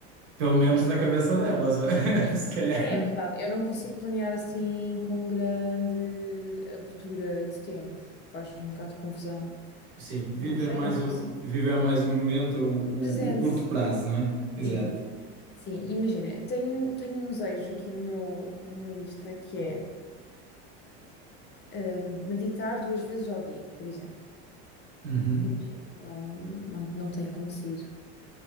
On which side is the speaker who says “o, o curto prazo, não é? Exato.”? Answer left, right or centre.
Right